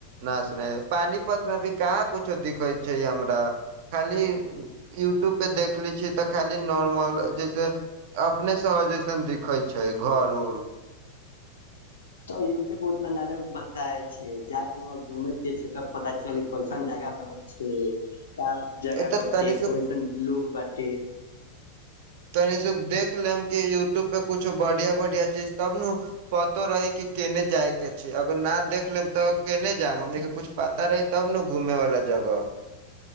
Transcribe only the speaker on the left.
तऽ यूट्यूब उतना नानी बताे छै जााक व घूमेे त पता चल कोनसन जगह रहे छै। क जगह
बटे
कइसन लोग बँटे।